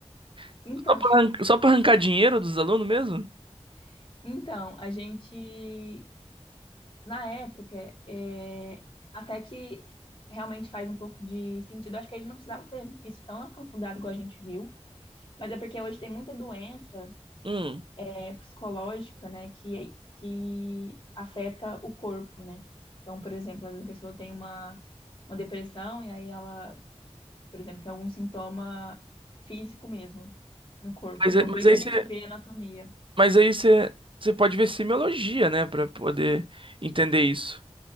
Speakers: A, on the right; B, on the left.
A: <laughs>
B: Então,
A: Só pra, arran- só pra arrancar dinheiro dos alunos mesmo?
B: <laughs> então, a gente, na época, é, até que realmente faz um pouco de sentido, acho que a gente não precisava ter visto tão aprofundado igual a gente viu, mas é porque hoje tem muita doença
A: Hum.
B: é, psicológica, né, que, que afeta o corpo, né? Então, por exemplo, às vezes a pessoa tem uma, uma depressão e aí ela, por exemplo, tem algum sintoma físico mesmo no corpo.
A: Mas,
B: Então,
A: é- mas
B: por isso
A: aí
B: que
A: você,
B: a gente vê anatomia.
A: mas aí você, você pode ver semiologia, né? Pra poder entender isso.